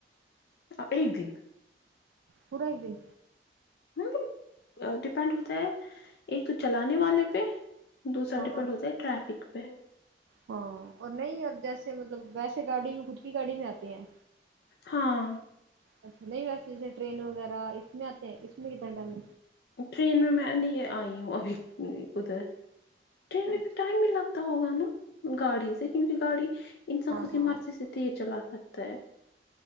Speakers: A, on the left; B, on the right.
A: ایک دن
B: پورا ایک دن
A: ملب ڈیپینڈ ہوتا ہے ایک تو چلانے والے پہ دوسرا
B: ہاں
A: ڈیپینڈ
B: ہاں
A: ہوتا ہے ٹریفک پہ
B: ہاں اور نہیں اور جیسے مطلب ویسے گاڑی میں خود کی گاڑی میں آتے ہیں
A: ہاں
B: اچھا نہیں ویسے جیسے ٹرین وغیرہ اس میں آتے ہیں اس میں کتنا ٹائم
A: ٹرین میں میں نہیں آئی ہوں ابھی ادھر ٹرین میں
B: ہے؟
A: پھر ٹائم بھی لگتا ہوگا نا گاڑی سے کیونکہ گاڑی انسان
B: ہاں
A: خود کی
B: ہاں
A: مرضی سے تیز چلا سکتا ہے